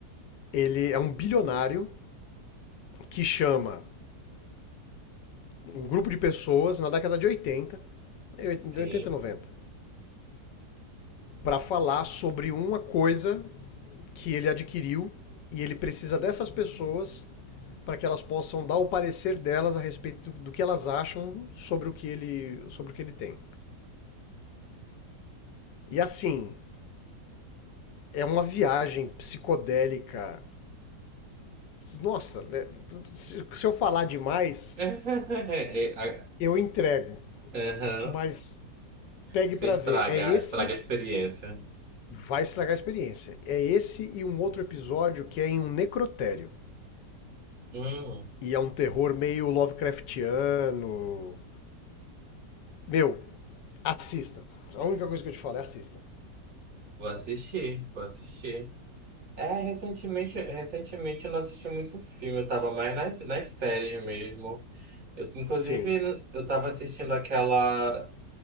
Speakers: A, on the left; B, on the right.
A: ele é um bilionário que chama um grupo de pessoas na década de 80,
B: sim.
A: 80 90. para falar sobre uma coisa que ele adquiriu e ele precisa dessas pessoas para que elas possam dar o parecer delas a respeito do que elas acham sobre o que ele, sobre o que ele tem. E assim, é uma viagem psicodélica. Nossa, né? se se eu falar demais,
B: <laughs>
A: eu entrego,
B: Uhum.
A: mas pegue
B: Você
A: pra
B: estraga,
A: ver. É esse
B: estraga a experiência.
A: vai estragar a experiência. É esse e um outro episódio que é em um necrotério.
B: Hum,
A: E é um terror meio Lovecraftiano. Meu, assista. A única coisa que eu te falo é assista.
B: vou assistir, vou assistir. É, recentemente, recentemente eu não assisti muito filme, eu tava mais nas, nas séries mesmo. Eu, inclusive,
A: Sim.
B: eu tava assistindo aquela